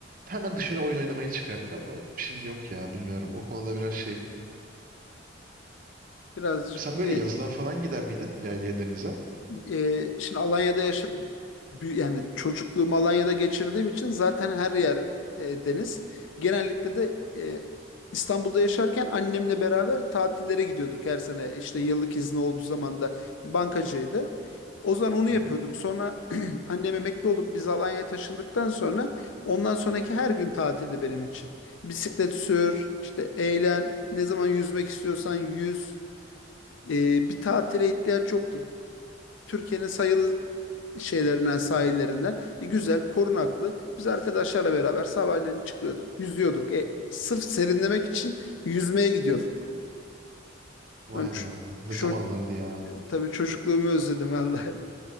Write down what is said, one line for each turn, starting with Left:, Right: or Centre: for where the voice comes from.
Right: Hemen dışarı oyun oynamaya çıkardık ama şimdi yok ya bilmiyorum. O konuda biraz şey
Left: Birazcık
Right: sen
Left: e,
Right: böyle yazlığa falan gider miydin? Yaylaya, denize?
Left: e, şimdi Alanya'da yaşadım. Yani çocukluğumu Alanya'da geçirdiğim için zaten her yer e, deniz. Genellikle de e, İstanbul'da yaşarken annemle beraber tatillere gidiyorduk her sene. İşte yıllık izni olduğu zaman da bankacıydı. O zaman onu yapıyorduk.
Right: Hı hı.
Left: Sonra <clears throat> annem emekli olup biz Alanya'ya taşındıktan sonra ondan sonraki her gün tatildi benim için. Bisiklet sür, işte eğlen, ne zaman yüzmek istiyorsan yüz. E, bir tatile ihtiyaç yoktu. Türkiye'nin sayılı şeylerinden, sahillerinden. E, güzel, korunaklı. Biz arkadaşlarla beraber sabahleyin çıkıyorduk, yüzüyorduk. E, sırf serinlemek için yüzmeye gidiyorduk.
Right: Vay
Left: Ben ç-
Right: be. Ne
Left: ço-
Right: zamanlardı ya.
Left: tabii çocukluğumu özledim vallahi.